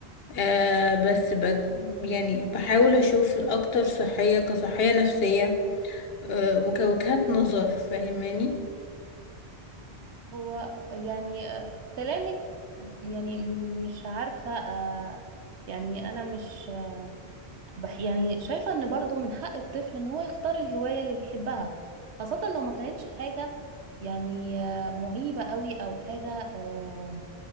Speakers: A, on the left; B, on the right.
A: آه بس بج يعني بحاول أشوف الأكتر صحية كصحية نفسية آه وكوجهات نظر فاهماني
B: هو يعني آه، كلامك يعني مش عارفه آه، يعني انا مش آه، بح يعني شايفه ان برضو من حق الطفل ان هو يختار الهوايه اللي بيحبها خاصه لو ما كانتش حاجه يعني آه، معيبه قوي او حاجه آه،